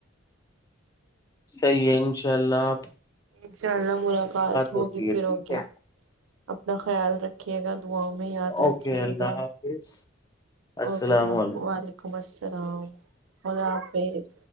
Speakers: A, on the left; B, on the right.
A: صحیح ہے انشاء اللہ
B: انشاء اللہ ملاقات ہوگی
A: ہوتی ہے
B: پھر
A: ٹھیک
B: ہو گیا
A: ہے
B: اپنا خیال رکھیے گا داؤ میں یاد
A: اوکے
B: رکھیے
A: اللہ
B: گا
A: حافظ السلام
B: اوکے اللہ
A: علیکم
B: وعلیکم السلام اللہ حافظ